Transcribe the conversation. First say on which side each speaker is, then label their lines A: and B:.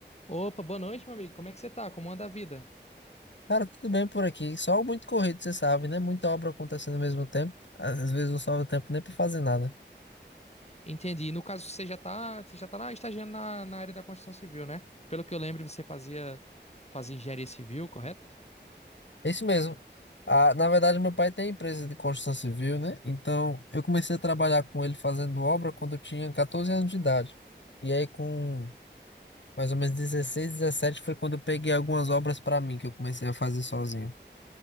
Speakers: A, on the left; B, on the left.
A: Opa, boa noite, meu amigo. Como é que você tá? Como anda a vida?
B: Cara, tudo bem por aqui. Só muito corrido, você sabe, né? Muita obra acontecendo ao mesmo tempo. Às vezes não sobra tempo nem pra fazer nada.
A: Entendi. No caso, você já tá, você já tá na, estagiando na, na área da construção civil, né? Pelo que eu lembro, você fazia, fazia engenharia civil, correto?
B: É isso mesmo. Ah, na verdade, meu pai tem empresa de construção civil, né? Então, eu comecei a trabalhar com ele fazendo obra quando eu tinha 14 anos de idade. E aí, com mais ou menos 16 17 foi quando eu peguei algumas obras pra mim, que eu comecei a fazer sozinho.